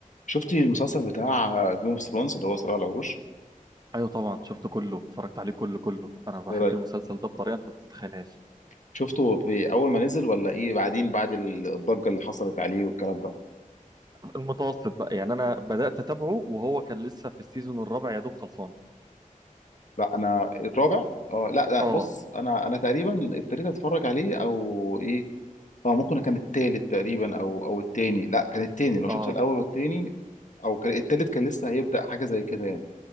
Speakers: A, on the left; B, on the right.
A: شفتي المسلسل بتاع جيم اوف ثرونز اللي هو صراع العروش
B: ايوه طبعا شفته كله اتفرجت عليه كله كله انا بحب
A: ايه رايك
B: المسلسل ده بطريقه انت ما تتخيلهاش
A: شفته في اول ما نزل ولا ايه بعدين بعد الضجه اللي حصلت عليه والكلام ده
B: المتوسط بقى يعني انا بدات اتابعه وهو كان لسه في السيزون الرابع يا دوب خلصان
A: لا انا الرابع اه لا لا
B: اه
A: بص انا انا تقريبا ابتديت اتفرج عليه او ايه اه ممكن كان التالت تقريبا او او التاني لا كان التاني لو شفت
B: اه
A: الاول والتاني او كان التالت كان لسه هيبدا حاجه زي كده يعني